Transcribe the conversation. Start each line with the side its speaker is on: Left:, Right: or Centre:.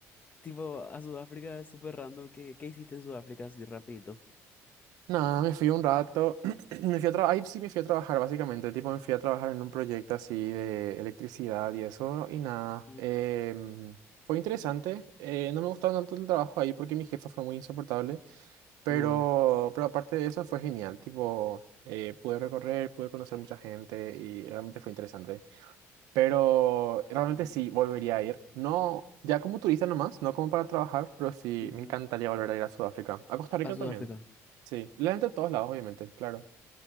Left: tipo, a Sudáfrica es súper random. ¿Qué, qué hiciste en Sudáfrica así rapidito?
Right: Nada, me fui un rato, <clears throat> me fui a trabajar, ahí sí me fui a trabajar básicamente, tipo me fui a trabajar en un proyecto así de electricidad y eso, y nada,
Left: Ujú.
Right: em, fue interesante, eh, no me gustaba tanto el trabajo ahí porque mi jefa fue muy insoportable, pero,
Left: Ah,
Right: pero aparte de eso fue genial, tipo eh, pude recorrer, pude conocer mucha gente y realmente fue interesante, pero realmente
Left: entiendo.
Right: sí, volvería a ir, no, ya como turista nomás, no como para trabajar, pero sí,
Left: Ujú.
Right: me encantaría volver a ir a Sudáfrica, a Costa Rica
Left: A Sudáfrica.
Right: también. Sí, la gente de todos lados, obviamente, claro.